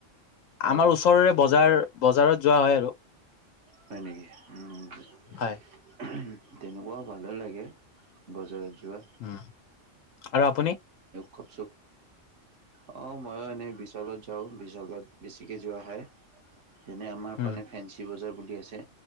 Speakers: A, on the right; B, on the left.
A: অ
B: আমাৰ ওচৰৰে বজাৰ বজাৰত যোৱা হয় আৰু।
A: হয় নেকি তেনেকুৱাও
B: হয়
A: ভাল লাগে বজাৰত। যোৱা
B: উম আৰু আপুনি।
A: খুব। <unintelligible> অ মইও এনেই বিশালত যাওঁ বিশালত বেছিকৈ যোৱা হয়। তেনে আমাৰ
B: উম
A: ফালে ফেঞ্চি বজাৰ বুলি আছে